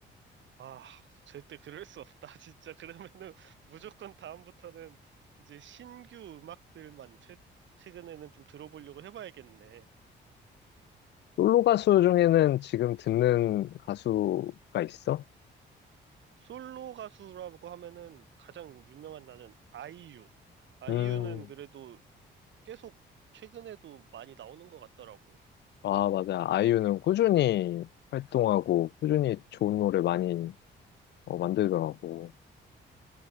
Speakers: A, on the right; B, on the left.
A: 아, 절대 그럴 수 없다. <laughs> 진짜 그러면은 무조건 다음부터는 이제 신규 음악들만 최, 최근에는 좀 들어보려고 해봐야겠네.
B: 솔로 가수 중에는 지금 듣는 가수가 있어?
A: 솔로 가수라고 하면은 가장 유명한 나는 아이유. 아이유는
B: 음,
A: 그래도 계속 최근에도 많이 나오는 것 같더라고.
B: 아, 맞아. 아이유는 꾸준히 활동하고, 꾸준히 좋은 노래 많이 어, 만들더라고.